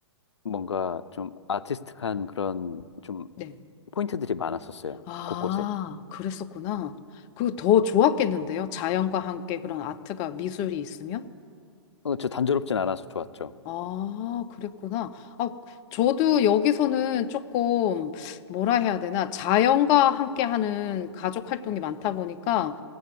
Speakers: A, on the left; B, on the left.
A: 뭔가 좀 아티스틱한 그런 좀
B: 네.
A: 포인트들이 많았었어요.
B: 아,
A: 곳곳에.
B: 그랬었구나. 그 더 좋았겠는데요? 자연과 함께 그런 아트가 미술이 있으면?
A: 어, 저 단조롭진 않아서 좋았죠.
B: 아, 그랬구나. 아, 저도 여기서는 조금 뭐라 해야 되나 자연과 함께 하는 가족 활동이 많다 보니까